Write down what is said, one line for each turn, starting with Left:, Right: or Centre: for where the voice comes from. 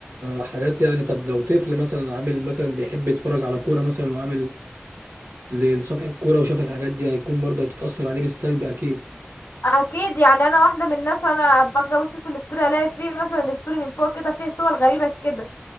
Right: حاجات يعني طب لو طفل مثلا عامل مثلا بيحب يتفرج على كورة مثلا وعامل لصفحة كورة وشاف الحاجات دي هيكون برضه هتتأثر عليه بالسلب أكيد
Left: اكيد يعني انا واحده من الناس انا باجي ابص في الاستوري الاقي فيه مثلا الاستوري من فوق كده فيه صور غريبه كده